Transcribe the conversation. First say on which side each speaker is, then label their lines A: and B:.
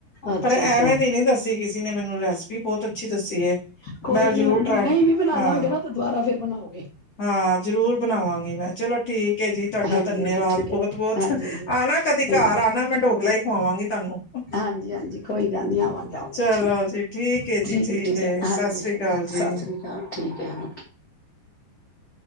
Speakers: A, on the left; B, on the left.
A: ਅੱਛਾ
B: ਪਰ ਐਵੇਂ
A: ਅੱਛਾ
B: ਤ ਨੀ ਦੱਸੀ ਕਿਸੇ ਨੇ ਮੈਨੂੰ ਰੈਸਪੀ ਬਹੁਤ ਅੱਛੀ ਦੱਸੀ ਹੈ
A: ਕੋਈ
B: ਮੈਂ ਉਹ ਜ਼ਰੂਰ
A: ਨੀ ਹੁਣ
B: ਟਰਾਈ
A: ਨਹੀਂ ਵੀ ਬਣਾਉਣਾ
B: ਹਾਂ
A: ਹੋਏਗਾ ਨਾ ਦੁਬਾਰਾ ਫੇਰ ਬਣਾਓਗੀ
B: ਹਾਂ ਜ਼ਰੂਰ ਬਣਾਵਾਂਗੀ ਮੈਂ ਚਲੋ ਠੀਕ ਜੀ ਤੁਹਾਡਾ
A: ਹਾਂਜੀ
B: ਧੰਨੇਵਾਦ
A: ਹਾਂਜੀ ਠੀਕ
B: ਬਹੁਤ
A: ਹੈ
B: ਬਹੁਤ
A: ਹਾਂਜੀ ਹਾਂਜੀ
B: ਆ ਨਾ ਕਦੇ
A: ਠੀਕ
B: ਘਰ
A: ਹੈ
B: ਆ ਨਾ ਮੈਂ ਢੋਕਲਾ ਹੀ ਖਵਾਵਾਂਗੀ ਤੁਹਾਨੂੰ
A: ਹਾਂਜੀ ਹਾਂਜੀ ਕੋਈ ਗੱਲ ਨਹੀਂ ਆਵਾਂ
B: ਚਲੋ
A: ਠੀਕ
B: ਜੀ ਠੀਕ ਜੀ
A: ਹੈ ਠੀਕ ਹੈ
B: ਸਤਿ
A: ਹਾਂਜੀ
B: ਸ੍ਰੀ
A: ਸਹੀ
B: ਅਕਾਲ ਜੀ
A: ਸਤਿ ਸ੍ਰੀ ਅਕਾਲ ਠੀਕ ਹੈ